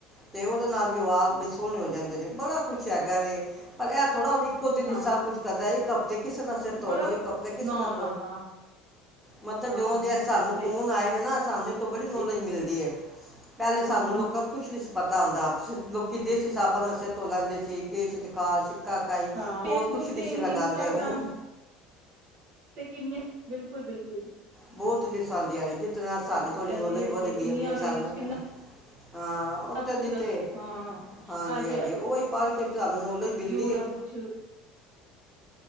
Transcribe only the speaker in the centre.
ਤੇ ਉਹਦੇ ਨਾਲ ਵੀ ਵਾਲ ਬੜੇ ਸੋਹਣੇ ਹੋ ਜਾਂਦੇ ਨੇ, ਬੜਾ ਕੁੱਛ ਹੈਗਾ ਏ ਪਰ ਇਹ ਥੋੜਾ ਓਹਦੀ ਕੁਝ ਨੀ
ਸਭ ਕੁਛ ਕਰਦਾ ਏ। ਕਿਸੇ ਦਾ ਸਿਰ
ਧੋ ਲਉ, ਇੱਕ ਹਫਤੇ ਕਿਸੇ
ਦਾ
ਮਤਲਬ
ਜਦੋਂ ਦੇ ਸਾਨੂੰ
ਫੋਨ ਆਏ ਨੇ ਨਾ ਸਾਨੂੰ ਤੋਂ ਬੜੀ ਨੌਲੇਜ
ਮਿਲਦੀ ਹੈ, ਪਹਿਲੇ ਸਾਨੂੰ
ਲੋਕਾਂ
ਨੂੰ ਕੁਛ ਨੀ ਪਤਾ ਹੁੰਦਾ, ਲੋਕੀ ਜਿਸ ਸਾਬਣ ਨਾਲ ਸਿਰ ਧੋ ਲੈਂਦੇ ਸੀ ਕੇਸ਼ ਸ਼ਿਕਾਕਈ
ਹੋਰ ਕੁਛ ਨਹੀਂ
ਸੀ
ਲਗਾਉਂਦੇ, ਆ ਹੁਣ
ਬਹੁਤ ਵਿਛਾਉਂਦੀਆ ਨੇ ਜਿਸ ਤਰ੍ਹਾਂ ਸਾਡੀ ਥੋੜੀ
ਨੌਲੇਜ
ਵੱਧਦੀ
ਪਈ ਏ, ਸਾਨੂੰ
ਹਾਂ, ਉੱਥੇ
ਦੀ
ਤੇ
ਹਾਂਜੀ
ਹਾਂਜੀ, ਉਹੀ ਪੜ੍ਹ ਕੇ ਸਾਨੂੰ ਨੌਲੇਜ ਮਿਲਦੀ
ਏ।